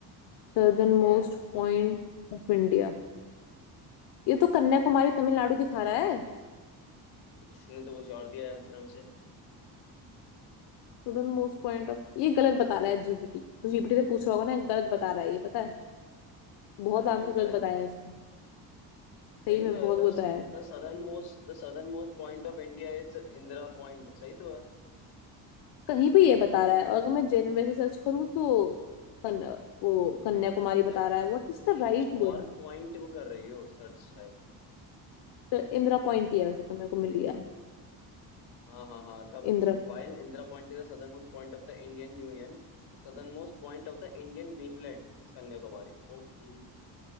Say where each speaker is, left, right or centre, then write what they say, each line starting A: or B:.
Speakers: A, on the left; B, on the left.
A: southern
B: Yes
A: most point of India ये तो कन्याकुमारी तमिलनाडु दिखा रहा है
B: इसने तो कुछ और दिया आंसर मुझे
A: सदर्न मोस्ट पॉइंट ऑफ ये गलत बता रहा है जीपीटी तो जीपीटी से पूछ रहा होगा ना गलत बता रहा है ये पता है बहुत
B: अ,
A: आंसर
B: तो अगला
A: गलत बताए
B: आंसर
A: हैं इसने
B: सही
A: सही में
B: तो है
A: बहुत
B: The
A: बताया है
B: the southernmost the southernmost point of India is Indira point सही तो है
A: कहीं पे ये बता रहा है और अगर मैं जेन वैसे सर्च करूँ तो कन, वो कन्याकुमारी बता
B: शायद
A: रहा है What is
B: तुम
A: the right
B: कुछ
A: one
B: और पॉइंट वो कर रही हो सर्च शायद
A: तो इंदिरा पॉइंट ही है वैसे तो मेरे को मिल गया
B: हाँ हाँ हाँ तब
A: इंदिरा
B: While Indira point is the southernmost point of the Indian union The southernmost point of the Indian mainland is Kanyakumari Okay